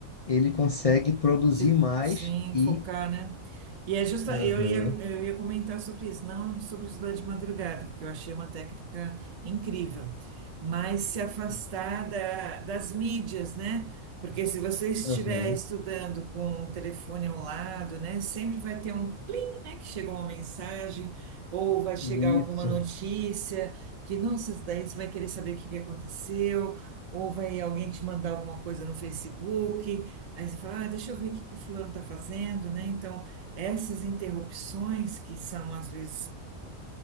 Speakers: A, on the left (about 45°); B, on the right (about 40°).
A: ele consegue produzir
B: Se,
A: mais
B: sim,
A: e.
B: focar, né? E é justa,
A: Aham,
B: eu ia, eu ia comentar sobre isso, não sobre estudar de madrugada, porque eu achei uma técnica incrível, mas se afastar
A: sim,
B: da- das mídias, né? Porque se você estiver
A: aham,
B: estudando com o telefone ao lado, né, sempre vai ter um plim, né, que chegou uma mensagem ou vai chegar
A: isso.
B: alguma notícia que, nossa, daí você vai querer saber o que que aconteceu, ou vai alguém te mandar alguma coisa no Facebook. Aí você fala, ah, deixa eu ver o que que fulano está fazendo, né? Então, essas interrupções que são às vezes